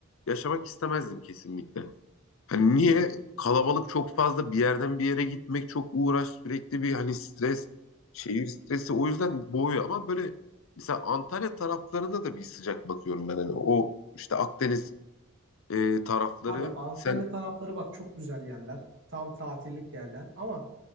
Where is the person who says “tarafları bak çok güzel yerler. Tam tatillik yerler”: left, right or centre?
Right